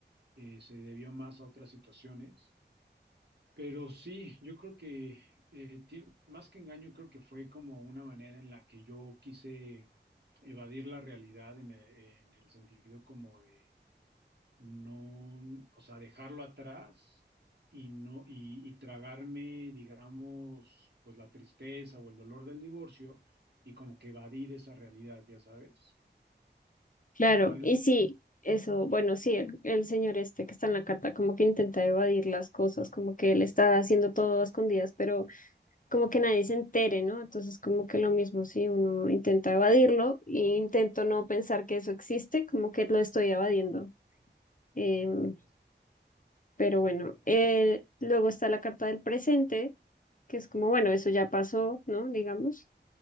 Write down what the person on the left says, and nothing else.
Claro,
y sí, eso, bueno, sí, el, el señor este que está en la carta como que intenta evadir las cosas, como que él está haciendo todo a escondidas, pero como que nadie se entere, ¿no? Entonces como que lo mismo si uno intenta evadirlo e intento no pensar que eso existe, como que lo estoy evadiendo. Em, pero bueno, eh, luego está la carta del presente, que es como, bueno, eso ya pasó, ¿no? Digamos.